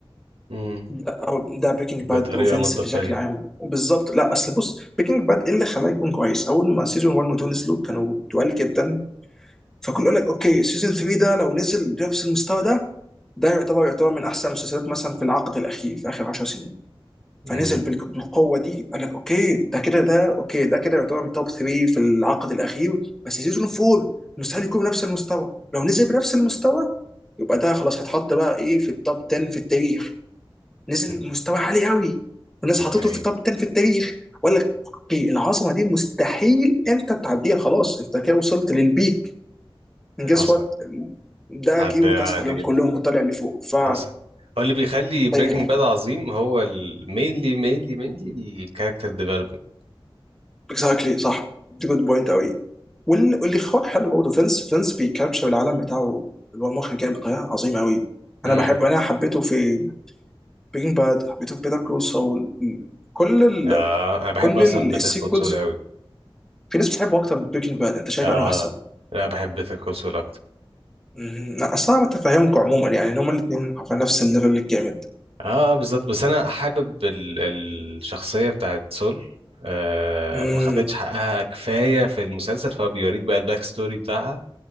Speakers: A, on the right (about 85°); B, in the centre.
A: امم
B: ده أو ده بريكنج
A: بطريقه
B: باد وفينس
A: منطقيه
B: بشكل عام بالظبط لا اصل بص بريكنج باد ايه اللي خلاه يكون كويس اول ما سيزون 1 و2 نزلوا كانوا تقال جدا فكنت اقول لك اوكي سيزون 3 ده لو نزل بنفس المستوى ده ده يعتبر يعتبر من احسن المسلسلات مثلا في العقد الاخير في اخر 10 سنين فنزل
A: امم
B: بالك- بالقوه دي قال لك اوكي ده كده ده اوكي ده كده يعتبر من توب 3 في العقد الاخير بس سيزون 4 مستحيل يكون بنفس المستوى لو نزل بنفس المستوى يبقى ده خلاص هيتحط بقى ايه في التوب 10 في التاريخ نزل
A: أمم.
B: مستوى عالي قوي والناس
A: يعني
B: حطته في التوب 10 في التاريخ وقال لك اوكي العظمه دي مستحيل انت تعديها خلاص انت كده وصلت للبيك جس
A: حصل
B: وات ده
A: عدى
B: جه وداس
A: عادي
B: عليهم
A: جدا
B: كلهم وطلع لفوق ف
A: حصل هو اللي بيخلي بريكنج
B: طيب.
A: باد عظيم هو المينلي مينلي مينلي الكاركتر ديفلوبمنت
B: اكزاكتلي صح دي جود بوينت قوي وال- واللي خد حلو برضه فينس فينس بيكابتشر العالم بتاعه اللي هو المخرج يعني بطريقه عظيمه قوي
A: امم
B: انا بحب انا حبيته في بريكنج باد حبيته في بيتر كول سول كل ال...
A: اه انا بحب
B: كل
A: اصلا
B: ال-
A: بيتر
B: السيكولز
A: كول سول قوي
B: في ناس بتحبه اكتر من بريكنج باد انت شايف
A: اه
B: انه احسن
A: لا بحب بيتر كول سول
B: مم. لا اصل انا بتفهمكم عموما يعني ان هما الاثنين على نفس الليفل الجامد
A: اه بالظبط بس انا حابب ال- الشخصيه بتاعت سول آه
B: امم
A: ما خدتش حقها كفايه في المسلسل فبيوريك بقى الباك ستوري بتاعها